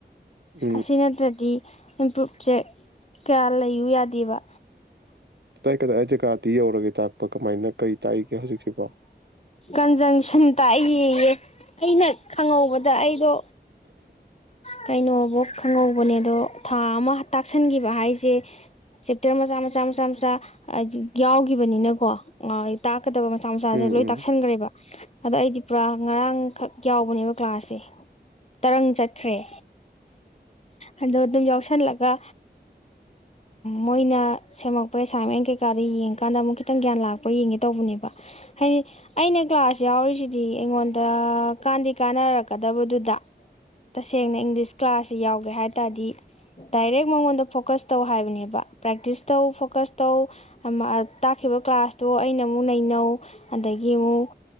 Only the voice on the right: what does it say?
ꯎꯝ
ꯇꯥꯏ ꯀꯗꯥꯏ ꯑꯩ ꯖꯒꯥꯥꯗꯤ ꯌꯧꯔꯦ ꯇ ꯀꯃꯥꯏꯅ ꯀꯔꯤ ꯇꯥꯛꯏꯒꯦ ꯍꯧꯖꯤꯛꯁꯤꯕꯣ
ꯎꯝ
ꯎꯝ